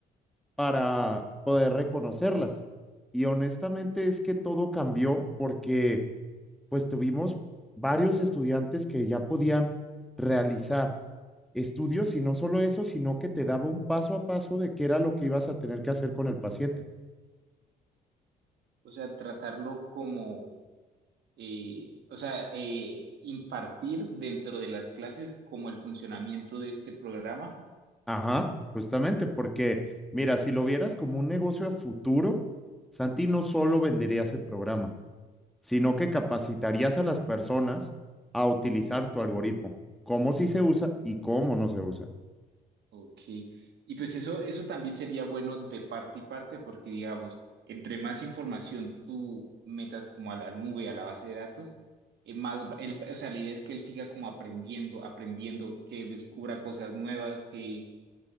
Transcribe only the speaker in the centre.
para poder reconocerlas. Y honestamente es que todo cambió porque pues tuvimos varios estudiantes que ya podían realizar estudios y no solo eso, sino que te daba un paso a paso de qué era lo que ibas a tener que hacer con el paciente.
Ajá, justamente, porque mira, si lo vieras como un negocio a futuro, Santi no solo vendería ese programa, sino que capacitarías a las personas a utilizar tu algoritmo, cómo sí se usa y cómo no se usa.